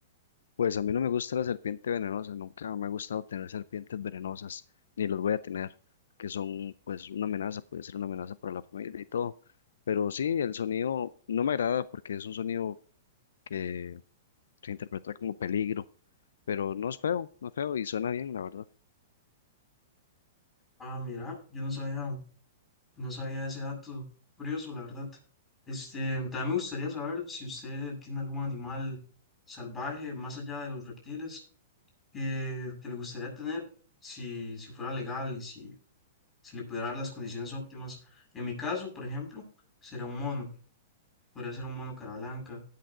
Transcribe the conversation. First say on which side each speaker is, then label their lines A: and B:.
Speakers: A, on the left; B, on the left.
A: Pues a mí no me gusta la serpiente venenosa, nunca me ha gustado tener serpientes venenosas, ni los voy a tener, que son pues una amenaza, puede ser una amenaza para la familia y todo. Pero sí, el sonido no me agrada porque es un sonido que se interpreta como peligro, pero no es feo, no es feo y suena bien, la verdad.
B: Ah, mira, yo no sabía, no sabía ese dato. Curioso, la verdad. Este, también me gustaría saber si usted tiene algún animal salvaje más allá de los reptiles que, que le gustaría tener si, si fuera legal y si, si le pudiera dar las condiciones óptimas. En mi caso, por ejemplo, sería un mono, podría ser un mono cara blanca.